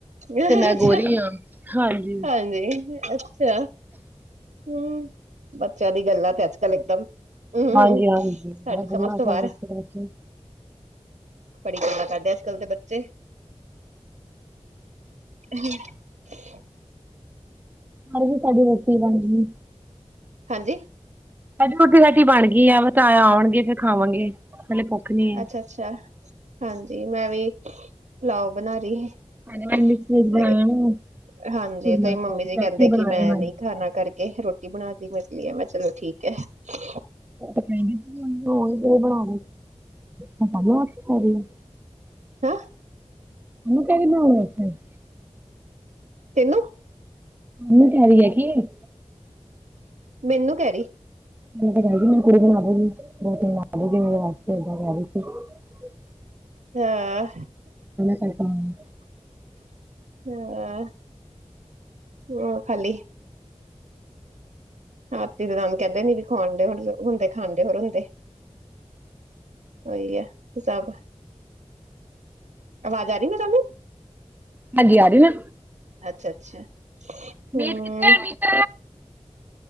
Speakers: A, on the right (about 80°); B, on the right (about 15°).
A: ਹਾਂ
B: ਤੇ ਮੈਂ
A: ਅੱਛਾ
B: ਗੋਰੀ ਆ। ਹਾਂਜੀ,
A: ਹਾਂਜੀ ਅੱਛਾ, ਹੂੰ, ਬੱਚਿਆਂ ਦੀ ਗੱਲਾਂ ਤੇ ਅੱਜ-ਕੱਲ ਇੱਕਦਮ ਹਮ
B: ਹਾਂਜੀ-ਹਾਂਜੀ,
A: ਸਾਡੀ
B: ਬਹੁਤ ਬਿਮਾਰ
A: ਸਮਝ ਤੋਂ
B: ਹੋ
A: ਬਾਹਰ
B: ਗਿਯਾ ਸੀ
A: ਬੜੀ ਗੱਲਾ ਕਰਦੇ ਐ, ਅੱਜ-ਕੱਲ ਦੇ ਬੱਚੇ ਹੂੰ,
B: ਹਾਂਜੀ, ਸਾਡੀ ਰੋਟੀ ਬਣ ਗਈ।
A: ਹਾਂਜੀ,
B: ਅ ਰੋਟੀ ਰਟੀ ਬਣ ਗਈ ਆ, ਬਸ ਤਾਇਆ ਆਉਣਗੇ ਫੇਰ ਖਾਵਾਂਗੇ। ਨੀ ਹੈ
A: ਅੱਛਾ-ਅੱਛਾ, ਹਾਂਜੀ ਮੈਂ ਵੀ ਪੁਲਾਓ ਬਣਾ ਰਹੀ।
B: ਹਜੇ ਮੈਂ
A: ਤੇ
B: ਮਿਕਸ ਵੈਜ ਬਣਾਇਆ ਵਾ
A: ਹਾਂਜੀ,
B: ਤੇ ਨਾਲ
A: ਮੰਮੀ ਜੀ
B: ਪਰਾਂਠੇ
A: ਕਹਿੰਦੇ
B: ਬਣਾਏ
A: ਕਿ ਮੈਂ
B: ਹਾਂਜੀ
A: ਨੀ ਖਾਣਾ ਕਰਕੇ ਰੋਟੀ ਬਣਾ ਤੀ, ਮੈਂ ਚੱਲੀ ਆਂ, ਮੈਂ ਕੇਹਾ, ਚਲੋ ਠੀਕ ਹੈ।
B: ਕਹਿੰਦੇ ਬਣਾ <inaudible>
A: ਹਾਂ
B: ਕੜੀ ਬਣਾਣ ਵਾਸਤੇ <inaudible>
A: ਤਿੰਨੋ?
B: ਮੰਮੀ ਕਹਿ ਰਹੀ ਹੈ ਕਿ?
A: ਮੈਨੂੰ ਕਹਿ ਰਹੀ।
B: ਕੁੜੀ ਹੈਗੀ ਇਹਨਾਂ ਰੋਟੀ ਬਣਾ ਲਏਗੀ ਇਹਨਾਂ ਵਾਸਤੇ ਇਦਾਂ ਕਹਿ ਰਹੀ ਸੀ ਰੋਟੀ ਬਣਾ ਲਈ
A: ਹਾਂ
B: ਕਰ ਪਾਵਾਂਗੀ
A: ਹਾਂ ਹਮ ਖਾਲੀ ਹਾਥੀ ਦੇ ਦੰਦ ਕਹਿੰਦੇ ਨਹੀ ਖੁਆਂਣ ਦੇ ਹੋਰ ਹੁੰਦੇ ਖਾਣ ਦੇ ਹੋਰ ਹੁੰਦੇ। ਉਹੀ ਆ ਤੇ ਸਭ ਆਵਾਜ਼ ਆ ਰਹੀ ਮੈਂ ਤੁਹਾਨੂੰ
B: ਹਾਂਜੀ ਆ ਰਹੀ ਨਾ
A: ਅੱਛਾ ਅੱਛਾ
B: ਮੀਤ
A: ਹਮ
B: ਕਿੱਥੇ ਆ ਮੀਤ